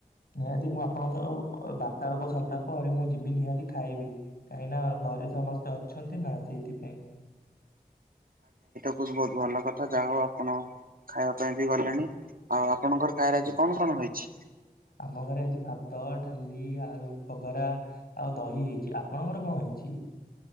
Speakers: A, on the left; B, on the right.
A: ନିହାତି ମୁଁ ଆପଣଙ୍କ ସହ ଅ ବାର୍ତ୍ତାଳାପ ସରିଲା ପରେ ମୁଁ ଯିବି ନିହାତି ଖାଇବି କାହିଁକି ନା ଘରେ ସମସ୍ତେ ଅଛନ୍ତି ନା ସେଇଥିପାଇଁ।
B: ବହୁତ୍ ବହୁତ ଭଲ କଥା ଯାହା ହଉ ଆପଣ। ଖାଇବା ପାଇଁ ବି ଗଲେଣି। ଆଉ ଆପଣଙ୍କର ଖାଇବାରେ ଆଜି କଣ କଣ ହୋଇଛି?
A: ଆମ ଘରେ ଆଜି ଭାତ, ଡାଲି ଇ ଆଳୁ ବଘରା ଆଉ ଦହି ହେଇଛି। ଆପଣଙ୍କର କଣ ହେଇଛି?